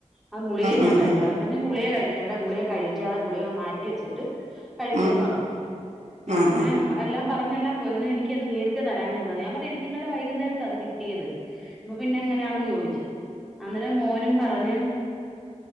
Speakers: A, in the centre; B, on the right (about 65°).
A: ആ ഗുളിയെ
B: ഉം
A: ഞാൻ കഴിച്ചോളാംഞറഞ്ഞ്
B: ഉം
A: ഗുളിയെ കഴിക്കണ്ട ഗുളികയെ കഴിക്കാതെ ഗുളെ മാറ്റിവെച്ചിട്ട് കഴിക്കന്ന്
B: ഉം
A: പറഞ്ഞ അ
B: ഉം
A: അങ്ങനെ
B: ഉം
A: എല്ലാം പറഞ്ഞെല്ലാം പോയി എനിക്ക് നേരത്തെ തരാൻ ഞാ തഞ്ഞ ഞാൻ പറഞ്ഞ എനിക്ക് ഇന്നല വൈകുന്നേരത്തെ അത് കിട്ടിയത് അപ്പൊ പിന്നെ എങ്ങനെയാണെന്ന് ചോദിച്ചത് അന്നേരം മോനും പറഞ്ഞ